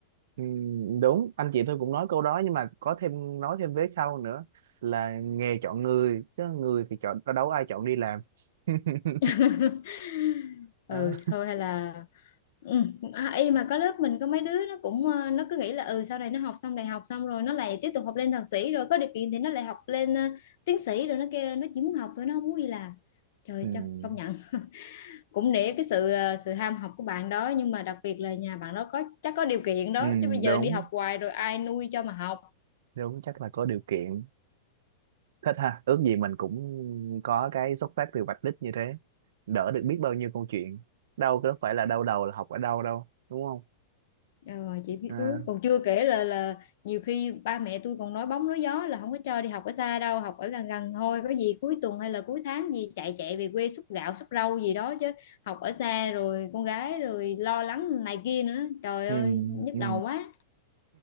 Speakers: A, on the right; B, on the left.
A: Ừ, đúng anh chị tôi cũng nói câu đó nhưng mà có thêm nói thêm vế sau nữa là nghề chọn người chứ người thì chọn đâu ai chọn đi làm <laughs>
B: <laughs> ừ
A: Đó.
B: thôi hay là ừ. à, y mà có lớp mình có mấy đứa nó cũng ờ, nó cứ nghĩ là ừ sau này nó học xong đại học xong rồi nó lại tiếp tục học lên thạc sĩ rồi có điều kiện thì nó lại học lên ờ, tiến sĩ rồi nó kêu nó chỉ muốn học thôi nó không muốn đi làm Trời
A: ừ.
B: chắc công nhận cũng nể cái sự ờ, sự ham học của bạn đó nhưng mà đặc biệt là nhà bạn đó có chắc có điều kiện đó
A: Ừ,
B: chứ bây giờ
A: đúng
B: đi học hoài rồi ai nuôi cho mà học
A: đúng chắc là có điều kiện thích ha ước gì mình cũng có cái xuất phát từ vạch đích như thế đỡ được biết bao nhiêu câu chuyện đâu có phải là đau đầu là học ở đâu đâu đúng không
B: ờ, chỉ biết
A: à,
B: ước còn chưa kể là là nhiều khi ba mẹ tôi còn nói bóng nói gió là không có cho đi học ở xa đâu học ở gần gần thôi có gì cuối tuần hay là cuối tháng gì chạy chạy về quê xúc gạo xúc rau gì đó chứ học ở xa rồi con gái rồi lo lắng này kia nữa trời
A: ừ,
B: ơi nhức
A: ừ.
B: đầu quá